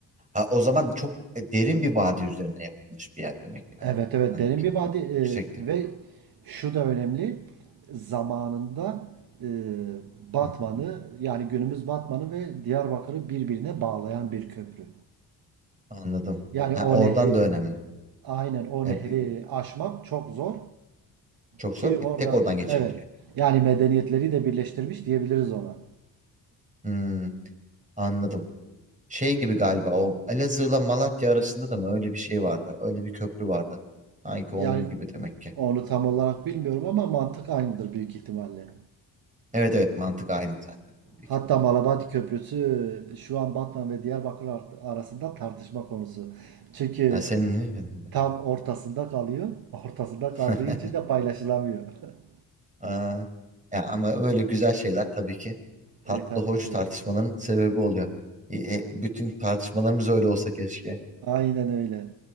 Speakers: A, on the right; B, on the right.
A: Ha, o zaman çok e, derin bir vadi üzerine yapılmış bir yer demek yani.
B: Evet evet
A: Hani
B: derin
A: çok
B: bir vadi
A: yü-
B: e,
A: yüksekte.
B: ve şu da önemli zamanında e, Batman'ı
A: Hı hı.
B: yani günümüz Batman'ı ve Diyarbakır'ı birbirine bağlayan bir köprü.
A: Anladım.
B: Yani
A: Ha,
B: o
A: oradan
B: nehri
A: da önemli.
B: aynen o
A: Ha,
B: nehri
A: bir-
B: aşmak çok zor.
A: çok
B: Ki
A: zor.
B: orada
A: Bir tek oradan geçiliyor.
B: evet yani medeniyetleri de birleştirmiş diyebiliriz ona.
A: Hmm, anladım. Şey gibi galiba o Elazığ'la Malatya arasında da mı öyle bir şey vardı? Öyle bir köprü vardı. Sanki onun
B: Yani
A: gibi demek ki.
B: onu tam olarak bilmiyorum ama mantık aynıdır büyük ihtimalle.
A: Evet evet mantık aynı zaten büyük
B: Hatta
A: ihtimalle.
B: Malabadi Köprüsü şu an Batman ve Diyarbakır ar- arasında tartışma konusu. Çünkü
A: Ha, senin mi benim de.
B: tam ortasında kalıyor. <laughs> Ortasında kaldığı
A: <laughs>
B: için de paylaşılamıyor. <laughs>
A: Aa, ya ama böyle güzel şeyler tabii ki tatlı
B: E tabii
A: hoş
B: ki.
A: tartışmaların sebebi oluyor. E, e, bütün tartışmalarımız öyle olsa keşke.
B: Aynen öyle.